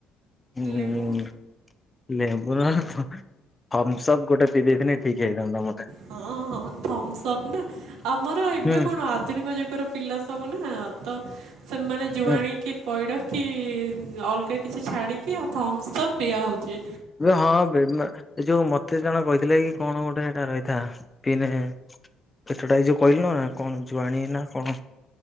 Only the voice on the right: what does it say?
ଲେମ୍ବୁ
ହଁ ହଁ ଥମ୍ପସପ୍ ନା ଆମର ଏବେ
କଣ ଆଧୁନିକ ଯୁଗର ଥିଲା ସବୁ ନା ତ ସେମାନେ ଜୁଆଣି
କିି ପଇଡ କି ଉଁ ଅଲଗା କିଛି ଛାଡିକି ଅ ଥମ୍ପସପ୍ ପିଆ ହଉଚି।